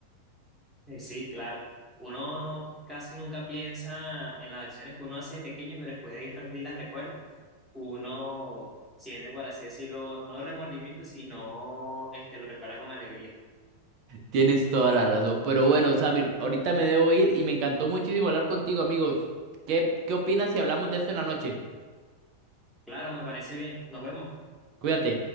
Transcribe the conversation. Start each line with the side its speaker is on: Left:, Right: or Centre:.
Centre: Eh, Sí, claro, uno no casi nunca piensa en las acciones que uno hace de pequeño, pero después de grande y las recuerda, uno siente, por así decirlo, no remordimiento, sino este, lo recuerda con alegría.
Right: Tienes toda la razón. Pero bueno, Samir, ahorita me debo ir y me encantó muchísimo hablar contigo, amigos. ¿Qué, qué opinas si hablamos de esto en la noche?
Centre: Claro, me parece bien, nos vemos.
Right: Cuídate.